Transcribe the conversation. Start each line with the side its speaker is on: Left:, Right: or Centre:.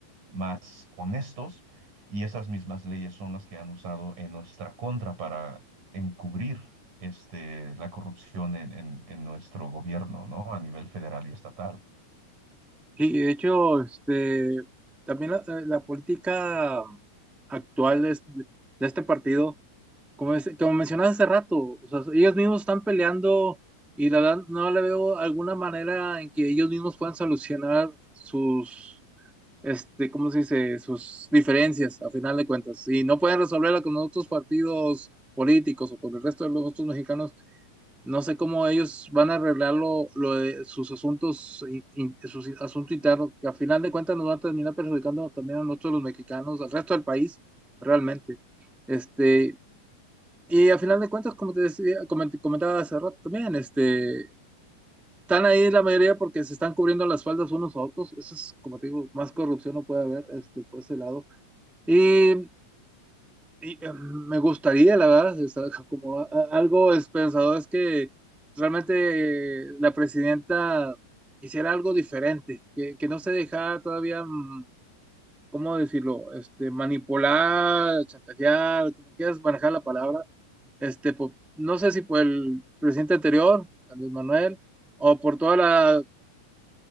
Right: más honestos y esas mismas leyes son las que han usado en nuestra contra para encubrir este, la corrupción en, en- en nuestro gobierno, ¿no? A nivel federal y estatal.
Centre: Sí, de hecho, este, también la, eh, la política actual de, es- de este partido, como, es- como mencionabas hace rato, o sea, ellos mismos están peleando y la verdad no le veo alguna manera en que ellos mismos puedan solucionar sus, este, ¿cómo se dice? Sus diferencias, a final de cuentas. Y no pueden resolverla con otros partidos políticos o con el resto de los otros mexicanos no sé cómo ellos van a arreglar lo, lo de sus asuntos, in- in- sus asuntos internos, que a final de cuentas nos van a terminar perjudicando también a nosotros los mexicanos, al resto del país, realmente. Este, y a final de cuentas, como te decía, coment- comentaba hace rato también, este, están ahí la mayoría porque se están cubriendo las faldas unos a otros. Eso es, como te digo, más corrupción no puede haber, este, por ese lado. Y y, eh, me gustaría, la verdad, o sea, como a- a- algo esperanzador es que realmente eh, la presidenta hiciera algo diferente, que, que no se dejara todavía, mm, ¿cómo decirlo? Este, manipular, chantajear, como quieras manejar la palabra. Este, po- no sé si por el presidente anterior, Andrés Manuel, o por toda la